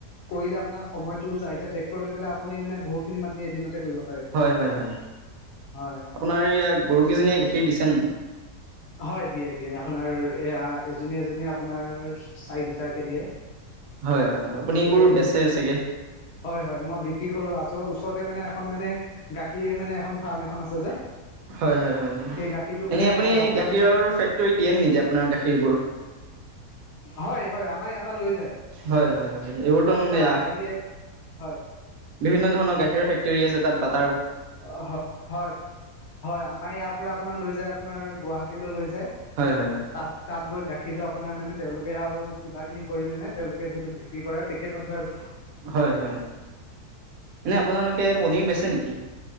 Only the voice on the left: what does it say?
কৰিলে আপোনাৰ সময়টো যায়। এতিয়া ট্ৰেক্টৰ দি পেলায় আপুনিনে বহুতখিনি মাটি এদিনতে কৰিব পাৰে
হয়
হয় দিয়ে দিয়ে। আপোনাৰ এয়া এজনী এজনী আপোনাৰ চাৰি লিটাৰ কে দিয়ে।
গোটেই তিনজনী
হয় হয় মই বিক্ৰী কৰো। আচ-ওচৰতে মানে এখন মানে গাখীৰ মেনে এখন ফাৰ্ম এখন আছে যে
সেই গাখীৰটো মানে
ৰপ্তানি
হয় হয়। আমাৰ ইয়াৰ পা লৈ যায়।
ঘৰৰ পৰা গাড়ীয়ে, হয়
অ হ হয় হয়। আমাৰ ইয়াৰ পৰা আপোনাৰ লৈ যায় আপোনাৰ গুৱাহাটীলৈ লৈ যায়।
তাত তাত গৈ গাখীৰটো আপোনাৰ মানে তেওঁলোকে আৰু কিবা খিনি কৰি মানে তেওঁলোকে যিহেতু বিক্ৰী কৰে পেকেটত ব